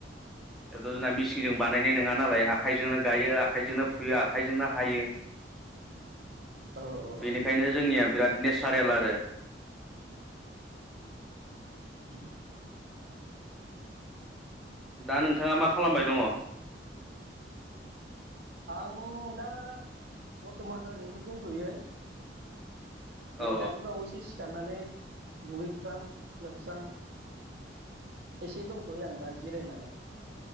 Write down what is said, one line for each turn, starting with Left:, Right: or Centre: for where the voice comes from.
Centre: बेथ' जोंना मेचिनजों बानायनाय नङा नालाय आखाइजोंनो गायो आखाइजोंनो फुयो आखाइजोंनो हायो
Right: औ
Centre: बेनिखायनो
Right: औ
Centre: जोंनिया बिराद नेचारेल आरो
Right: <inaudible>
Centre: दा नोंथाङा मा खालामबाय दङ
Right: आं दा बर्थमान ओरैनो दंथ'यो नै
Centre: औ
Right: दानि बावैसो सिखार थांनानै दुगैख्रां लोबस्रां एसे दंथयो आं दा जिरायनानै।